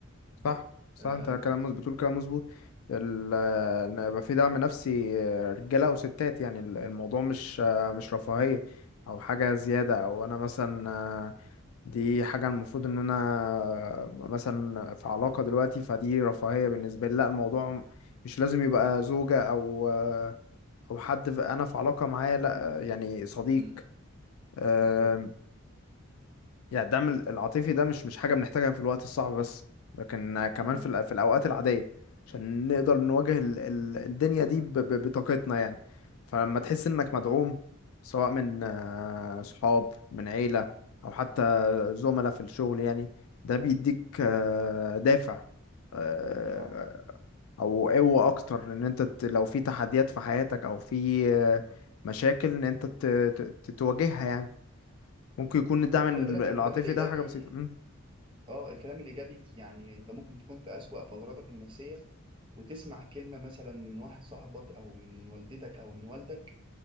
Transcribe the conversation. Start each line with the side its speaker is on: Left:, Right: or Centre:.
Left: صح صح
Right: ف... م-
Left: انت كلام مظبوط بتقول كلام مظبوط ال- ان يبقى في دعم نفسي آه، رجاله او ستات يعني ال- الموضوع مش آه، مش رفاهيه او حاجه زياده
Right: م-
Left: او انا مثلا آه، دي حاجه المفروض ان انا آه، مثلا في علاقه دلوقتي فدي رفاهيه بالنسبه لي لا الموضوع مش لازم يبقى زوجه او آه، او حد في- انا في علاقه معاه لا آه، يعني صديق
Right: م-
Left: آه،
Right: بالظبط
Left: يعني الدعم العاطفي ده مش مش حاجة بنحتاجها في الوقت الصعب بس لكن كمان
Right: م-
Left: في الأ- في الأوقات العادية عشان نقدر نواجه ال- ال- الدنيا دي ب- ب- بطاقتنا يعني فلما تحس إنك مدعوم سواء من آه، صحاب من عيلة أو حتى زملاء في الشغل يعني ده بيديك آه، دافع آه،
Right: صح
Left: او قوة اكتر ان انت ت- لو في تحديات في حياتك او في آه، مشاكل ان انت ت- ت- ت- تواجهها يعني ممكن يكون الدعم
Right: أيوة،
Left: ال-
Right: خلي بالك
Left: العاطفي
Right: الكلام الايجابي
Left: ده حاجة بسيطة مم.
Right: اه الكلام الايجابي يعني انت ممكن تكون في اسوأ فتراتك النفسيه وتسمع كلمه مثلا من واحد صاحبك او من والدتك او من والدك